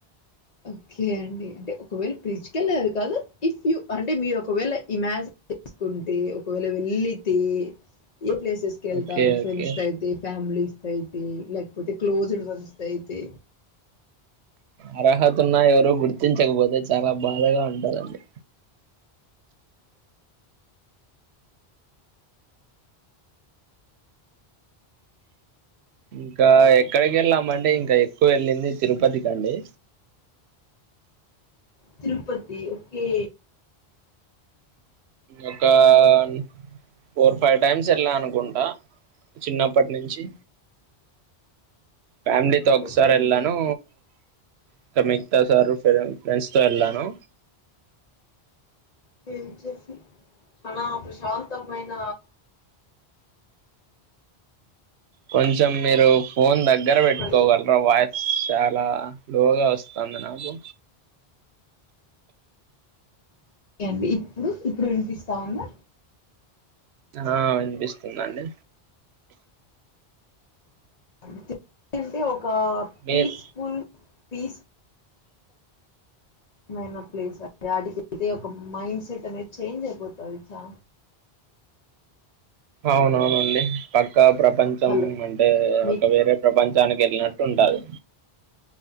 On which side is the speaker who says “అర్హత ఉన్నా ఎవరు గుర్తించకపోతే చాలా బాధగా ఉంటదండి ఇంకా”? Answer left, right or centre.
Right